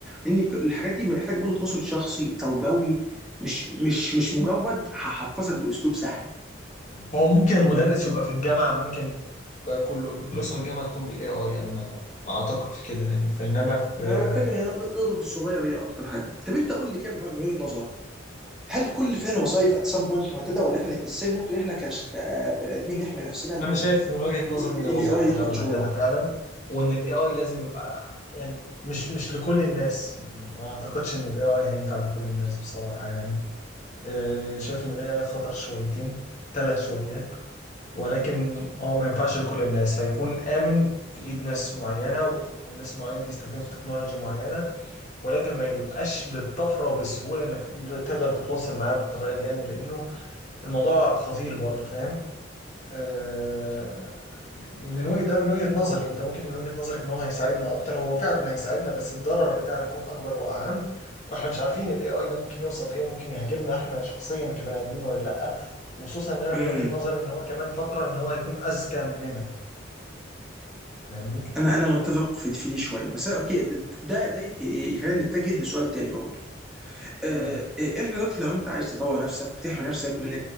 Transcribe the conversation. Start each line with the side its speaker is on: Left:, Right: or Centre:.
Centre: لان الحاجات دي محتاج برضه تواصل شخصي تربوي مش مش مش مجرد هحفظك باسلوب سهل
Left: هو ممكن المدرس يبقى في الجامعه ممكن بقى كله دروس الجامعه تكون بالاي اي انا ما ما اعتقد في كده يعني فانما في
Centre: انا بتكلم هي نق- نقطه الصغير هي اكتر حاجه طب انت قول لي كده من وجه- من وجهه نظرك هل كل فعل وظائف ات سام بوينت مهدده ولا احنا ازاي ممكن احنا كش- كبني ادمين نحمي نفسنا
Left: انا
Centre: من
Left: شايف من وجهه نظري ان
Centre: الاي
Left: الوظائف
Centre: اي
Left: كلها
Centre: ياخد
Left: مهدده
Centre: شغلنا؟
Left: فعلا وان الاي اي لازم يبقى يعني مش مش لكل الناس ما اعتقدش ان الاي اي هينفع لكل الناس بصراحه يعني آه، شايف ان الاي اي خطر شويتين ثلاث شويات ولكن هو ما ينفعش لكل الناس هيكون امن في ايد ناس معينه والناس المعينه دي يستخدموا في تكنولوجيا معينه ولكن ما يبقاش بالطفره وبالسهوله انك تقدر تتواصل معاه بالطريقه دي يعني لانه الموضوع خطير برضه فاهم آه، من وجهه ده من وجهه نظري انت ممكن من وجهه نظرك ان هو هيساعدنا اكتر هو فعلا هيساعدنا بس الضرر بتاعه هيكون اكبر واعم واحنا مش عارفين الاي اي ده ممكن يوصل لايه ممكن يهاجمنا احنا شخصيا كبني ادمين ولا لا وخصوصا ان انا من
Centre: امم
Left: وجهه نظري ان هو كمان فتره ان هو هيكون اذكى مننا فاهمني؟
Centre: انا انا متفق في في دي شويه بس اوكي ده ده, ده يخلينا نتجه لسؤال تاني برضه آه،
Left: مم.
Centre: آه، احنا دلوقتي لو انت عايز تطور نفسك وتحمي نفسك من